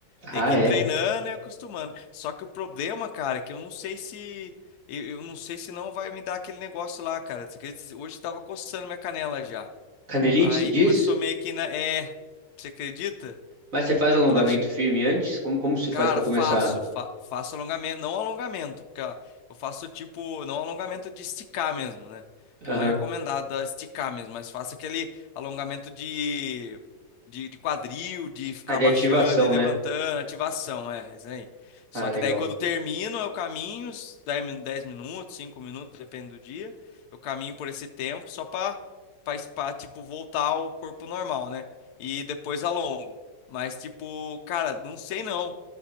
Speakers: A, on the right; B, on the left.
A: Ah,
B: Tem que
A: é.
B: ir treinando e acostumando. Só que o problema, cara, é que eu não sei se. Eu, eu não sei se não vai me dar aquele negócio lá, cara. Você acredita? Hoje tava coçando minha canela já.
A: Canelite,
B: Aí
A: você diz?
B: começou meio que na. É. Você acredita?
A: Mas você faz alongamento
B: Tô
A: firme antes? Como, como você faz
B: Cara,
A: para começar?
B: faço, fa- faço alongamento, não alongamento, porque ó, eu faço tipo, não alongamento de esticar mesmo, né? Que
A: Aham.
B: não é recomendado ó, esticar mesmo, mas faço aquele alongamento de, de, de quadril, de ficar
A: Ah, de
B: baixando
A: ativação,
B: e levantando,
A: né?
B: ativação, é, é isso aí. Só
A: Ah, legal.
B: que daí quando termino, eu caminho, s- 10 min- 10 minutos, 5 minutos, depende do dia, eu caminho por esse tempo só pra, pra, pra, tipo, voltar ao corpo normal, né? E depois alongo. Mas, tipo, cara, não sei não.